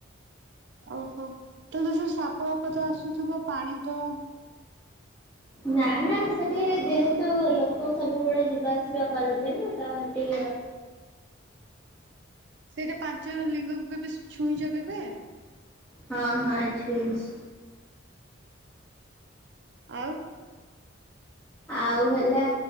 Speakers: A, on the right; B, in the centre.
A: ଓହୋ ତାହଲେ ସେ ସାପ ବାପ ତ ଆସୁଥିବ ପାଣି ତ
B: ନା ନା ସେଠି ଯେହେତୁ ଲୋକ ସବୁବେଳେ ଯିବାସିବା କରନ୍ତି ନା ତ ସେଠି
A: ସେଇଟା ପାଞ୍ଚ ଲିଙ୍ଗକୁ କେ ବି ଛୁଇଁ କେବେ
B: ହଁ ହଁଛୁଛ।
A: ଆଉ
B: ଆଉ ହେଲା